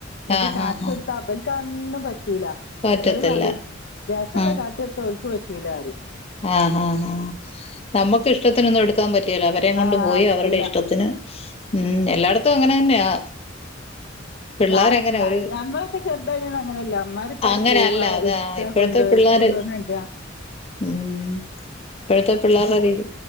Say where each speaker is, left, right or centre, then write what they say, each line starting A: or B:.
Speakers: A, on the left; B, on the left.
A: എന്നിട്ട്
B: ആഹ്
A: കാണിച്ചൊടുത്താ
B: ആഹ് ആഹ്
A: ഇവൽകതൊന്നും പറ്റൂല.
B: പറ്റത്തില്ല
A: എന്നട്ട് പറയും രസവുള്ള
B: ആഹ്
A: കാട്ടീയൊടുത്താ ഓൽക്ക് പറ്റൂലാറിം
B: ആഹ് ആഹ് ആഹ് നമ്മക്ക് ഇഷ്ടത്തിനൊന്നും എടുക്കാൻ പറ്റേല, അവരേം കൊണ്ട്
A: ആഹ്
B: പോയി
A: പറ്റൂല
B: അവരുടെ ഇഷ്ടത്തിന്. ഉം എല്ലാടുത്തും അങ്ങനെ തന്നെയാ. പിള്ളേരങ്ങനെ
A: ഞാന് ഞ
B: ഒരു
A: ഞമ്മളൊക്കെ ചെറുതായ്നന്ന് അങ്ങനല്ല ഇമ്മാരിപ്പാര്
B: അങ്ങനല്ല
A: പോവാ
B: അതാ
A: ഇ ഇടാ
B: ഇപ്പോഴത്തെ
A: കൊണ്ടോ
B: പിള്ളേര്
A: ഇത് കൊണ്ടോന്നിടാ.
B: ഉം ഇപ്പഴത്തെ പിള്ളേരുടെ രീതി.